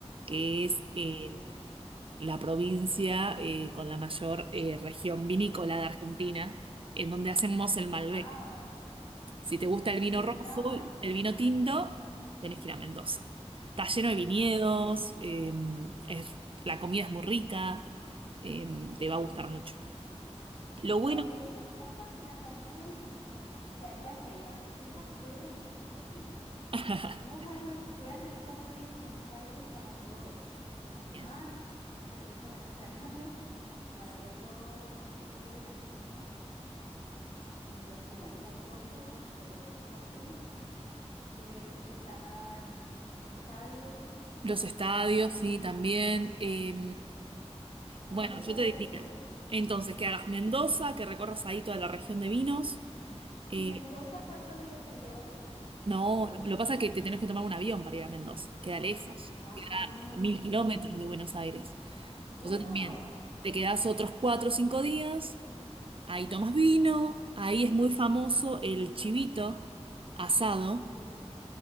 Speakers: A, on the right; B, on the left.
A: que es eh,
B: Ok.
A: la provincia eh, con la mayor eh, región vinícola de Argentina, en donde hacemos el Malbec.
B: Wow.
A: Si te gusta el vino
B: ¿Qué
A: rojo,
B: tal?
A: el vino tinto, tenés que ir a Mendoza. Está lleno de viñedos,
B: Buenísimo.
A: eh, es- la comida es muy rica, eh, te va a gustar mucho. Lo bueno...
B: Hablemos un poco de la comida argentina. O sea, ya sé, ya va que tengo, estoy organizándome los días.
A: <laughs>
B: Tengo cuatro, voy a tener cuatro días en Buenos Aires para todo esto, para tomar
A: Bien.
B: cervezas artesanales, <laughs> para ver todas las arquitecturas y las, la- y los lugares autóctonos, por decirlo así. eh, están los estadios.
A: Los estadios,
B: Wow,
A: sí, también. Eh,
B: ojalá
A: Bueno, yo
B: pueda
A: te
B: hacer
A: diría,
B: todo.
A: entonces, que hagas Mendoza, que recorras ahí toda la región de vinos. Eh,
B: ¿Y Mendoza cuántos días sería? ¿Uno
A: no,
B: o dos?
A: lo que pasa es que te tenés que tomar un avión para ir a Mendoza, queda lejos,
B: Ah,
A: queda a mil
B: ok.
A: kilómetros de Buenos Aires.
B: Wow.
A: Entonces también, te quedás otros cuatro o cinco días, ahí tomas vino, ahí es muy famoso el chivito asado,
B: es